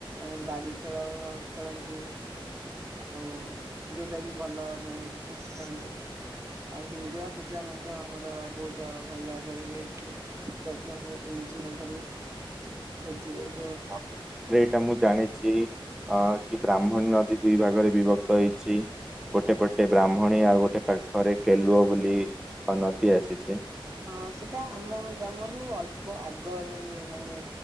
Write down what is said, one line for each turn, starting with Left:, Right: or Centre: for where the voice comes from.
Right: ଏ ବାଡ଼ି ଖେଳ ଖେଳନ୍ତି ଆଉ ଯୋଉଟାକି ଭଲ ମାନେ ଚାହୁଁନ୍ତି ଆଉ ହିଙ୍ଗୁଳା ପୂଜା ମଧ୍ୟ ଆମର ବହୁତ୍ ଭଲ ଭାବରେ ହୁଏ ଏଠି। ଯଜ୍ଞ ହୁଏ ତିନି ଦିନ ଧରି ଭୋଜିରେ ଯଉ
Centre: ସେଟା ମୁଁ ଜାଣିଛି ଅ କି ବ୍ରାହ୍ମଣୀ ନଦୀ ଦୁଇ ଭାଗରେ ବିଭକ୍ତ ହେଇଛି। ଗୋଟେ ପଟେ ବ୍ରାହ୍ମଣୀ ଆଉ ଗୋଟେ ପାଖରେ କେଲୁଅ ବୋଲି ଅନତି ଆସିଛି।
Right: ହଁ ସେଟା ଆମ ଗ୍ରାମରୁ ଅଳ୍ପ ଆଗରେ ଇଏ ମାନେ